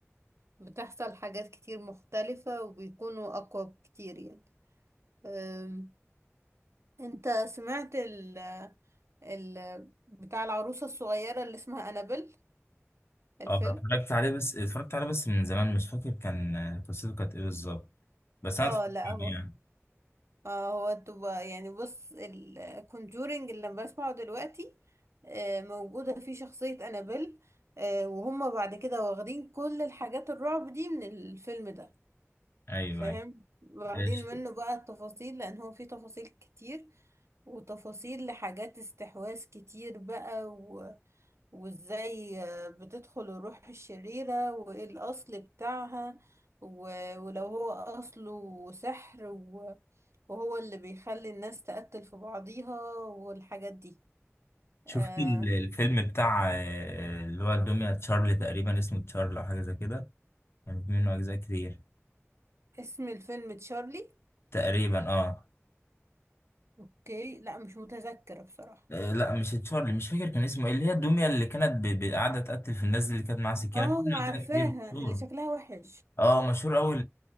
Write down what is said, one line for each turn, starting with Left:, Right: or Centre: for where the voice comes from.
Right: بتحصل حاجات كتير مختلفة وبيكونوا اقوى بكتير يعني آم، انت سمعت ال... ال... بتاع العروسة الصغيرة اللي اسمها انابل الفيلم
Left: اه اتفرجت عليه بس اتفرجت عليه بس من زمان مش فاكر كان قصته كانت ايه بالظبط بس انا
Right: اه
Left: اتفرجت
Right: لا
Left: عليه
Right: هو
Left: يعني
Right: اه هو تبقى يعني بص الكونجورينج اللي أنا بسمعه دلوقتي آه، موجودة فيه شخصية أنابيل آه، وهم بعد كده واخدين كل الحاجات الرعب دي من الفيلم ده
Left: ايوه
Right: فاهم
Left: ايوه
Right: واخدين
Left: آه، ش-
Right: منه بقى التفاصيل لأن هو فيه تفاصيل كتير وتفاصيل لحاجات استحواذ كتير بقى وازاي آه، بتدخل الروح الشريرة وايه الاصل بتاعها و- ولو هو اصله سحر و- وهو اللي بيخلي الناس تقتل في بعضيها والحاجات دي
Left: شفت
Right: آه
Left: ال- الفيلم بتاع آه، اللي هو الدمية تشارلي تقريبا اسمه تشارلي او حاجه زي كده كان في منه اجزاء كتير
Right: اسم الفيلم تشارلي
Left: تقريبا اه
Right: اوكي لا مش متذكرة بصراحة
Left: آه، لا مش تشارلي مش فاكر كان اسمه ايه اللي هي الدمية اللي كانت ب- ب- قاعده تقتل في الناس دي اللي كانت معاها سكينه
Right: اه
Left: في منه
Right: عارفاها
Left: اجزاء كتير مشهور
Right: اللي شكلها وحش
Left: اه مشهور قوي